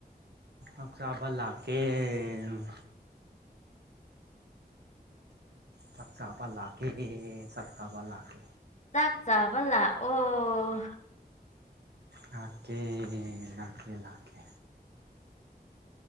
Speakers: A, on the right (about 80°); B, on the left (about 45°).
A: ꯑ ꯆꯥꯕ ꯂꯥꯛꯀꯦ ꯎꯝ ꯆꯥꯛ ꯆꯥꯥꯕ ꯂꯥꯛꯀꯦ ꯆꯥꯛ ꯆꯥꯕ ꯂꯥꯛꯀꯦ
B: ꯆꯥꯛ ꯆꯥꯕ ꯂꯥꯛꯑꯣ
A: ꯂꯥꯛꯀꯦ ꯂꯥꯛꯀꯦ ꯂꯥꯛꯀꯦ